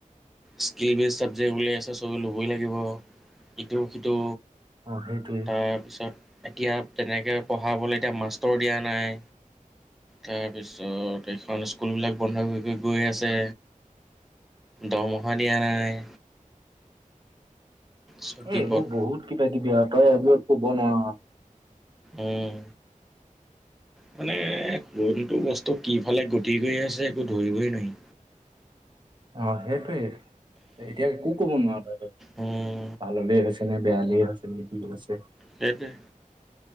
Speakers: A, in the centre; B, on the right (about 35°).
A: স্কিল বেজড চাক্ট <unintelligible> ত ল'বই লাগিব ইটো সিটো।
B: অ, সেইটোৱে।
A: তাৰপিছত এতিয়া তেনেকৈ পঢ়াবলৈ এতিয়া মাষ্টৰ দিয়া নাই। তাৰপিছত এইেইখন স্কুলবিলাক। বন্ধ হৈ হৈ গৈ আছে দৰমহা দিয়া নাই। চব বিপদ
B: এ, এইবোৰ বহুত কিবা কিবি আৰু তই এইবোৰ। বনোৱা <unintelligible>
A: উম। মানে বন্তু বস্তু। ত' কিফালে গটি গৈ আছে একো ধৰিবই নোৱাৰি'
B: অঁ সেইটোৱেই। এতিয়া একো কব নোৱাৰো <unintelligible>
A: উম
B: পাললে হৈছে নে বেয়াল আছে নেতি আছে <unintelligible>
A: সেইটোয়ে